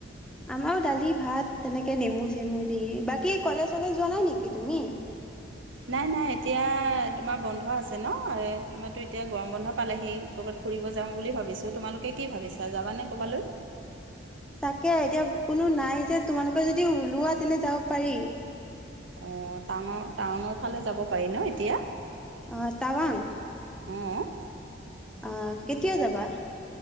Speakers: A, in the centre; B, on the right.
A: আমাৰো দালি ভাত তেনেকে নেমু চেমু দি। বাকী কলেজ চলেজ যোৱা নাই নেকি তুমি?
B: নাই নাই এতিয়া তোমাৰ বন্ধ আছে ন', তোমাৰ তো এতিয়া গৰম বন্ধ পালেহি কৰবাত ফুৰিব যাওঁ বুলি ভাবিছোঁ। তোমালোকে কি ভাবিছা যাবানে ক'বালৈ?
A: তাকে এতিয়া কোনো নাই যে তোমালোকে যদি ওলোৱা তেন্তে যাব পাৰি।
B: অ' টাঙৰ - টাৱাঙৰ ফালে যাব পাৰি ন এতিয়া?
A: অ' টাৱাং?
B: অ'।
A: আ কেতিয়া যাবা?